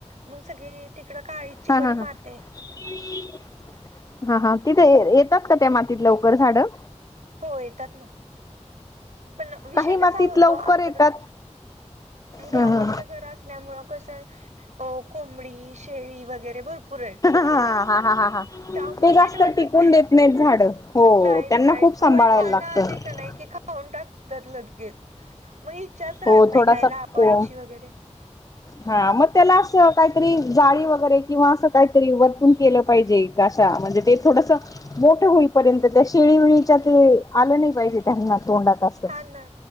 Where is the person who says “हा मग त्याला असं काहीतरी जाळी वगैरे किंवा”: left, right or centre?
Left